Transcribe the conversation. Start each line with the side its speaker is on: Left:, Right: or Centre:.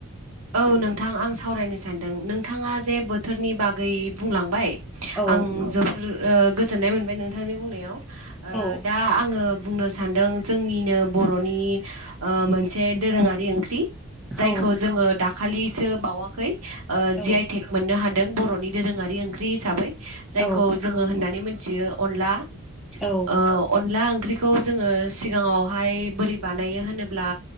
Right: औ नोंथां आं सावरायनो सानदों नोंथाङा जे बोथोरनि बागै बुंलांबाय
Centre: औ
Right: आं जोबोर ओ गोजोननाय मोनबाय नोंथांनि बुंनायाव ओ
Centre: औ
Right: दा आङो बुंनो सानदों जोंनिनो बर'नि ओ मोनसे दोरोङारि ओंख्रि जाय
Centre: औ
Right: खौ जोङो दाखालिसो बावाखै ओ
Centre: औ
Right: जि आइ तेक मोननो हा दों बर'नि दोरोङारि ओंख्रि हिसाबै जायखौ
Centre: औ
Right: जोङो होननानै मोनथियो अनला।
Centre: औ
Right: ओ अनला ओंख्रि खौ जोङो सिगाङावहाय बोरै बानायो होनोब्ला